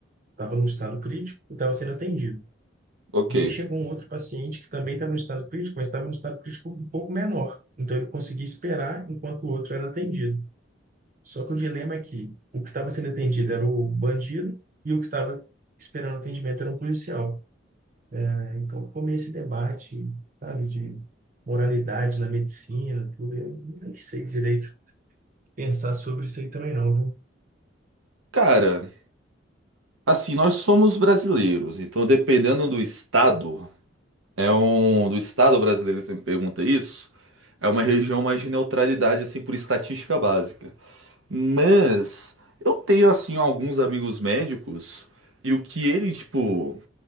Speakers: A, on the right; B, on the right.
A: Estava num estado crítico e estava sendo atendido.
B: Ok.
A: E aí chegou um outro paciente que também estava no estado crítico, mas estava no estado crítico um pouco menor. Então ele conseguia esperar enquanto o outro era atendido. Só que o dilema é que o que estava sendo atendido era o bandido e o que estava esperando atendimento era um policial. né? Então ficou meio esse debate, sabe, de moralidade na medicina, tudo. Eu nem sei direito pensar sobre isso aí também não, viu?
B: Cara, assim, nós somos brasileiros, então dependendo do estado, é um do estado brasileiro você me pergunta isso, é uma região mais de neutralidade, assim, por estatística básica. Mas
A: Sim.
B: eu tenho, assim, alguns amigos médicos, e o que eles, tipo,